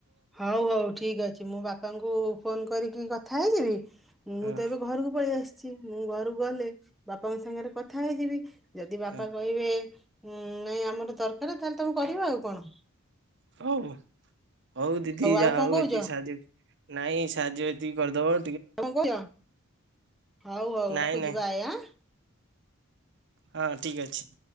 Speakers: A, in the centre; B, on the right (about 60°).
A: ହଉ ହଉ ଠିକ ଅଛି ମୁଁ ବାପାଙ୍କୁ ଫୋନ କରିକି କି କଥା ହେଇଯିବି। ମୁଁ
B: ହଁ
A: ତ ଏବେ ଘରକୁ ପଳେଇ ଆସିଛି ମୁଁ ଘରକୁ ଗଲେ ବାପା ବାପାଙ୍କ ସାଙ୍ଗରେ କଥା ହେଇଯିବି। ଯଦି ବାପା
B: ହଁ
A: କହିବେ ହୁଁ ନାଇଁ ଆମର ଦରକାର ତାହଲେ ତମେ କରିବ ଆଉ କଣ?
B: ହଉ। ହଉ ଦିଦି ଯା
A: ଆଉ
B: ହଉ
A: କଣ କହୁଛ
B: ଏତିକି ସାହାଯ୍ୟ ନାଇଁ ସାହାଯ୍ୟ ଏତିକି କରିଦବ।
A: ଆଉ କଣ କହୁଛ? ହଉ ହଉ
B: ନାଇଁ
A: ରଖୁଛିି
B: ନାଇଁ
A: ବାଏ ଆ।
B: ହଁ ଠିକ ଅଛି।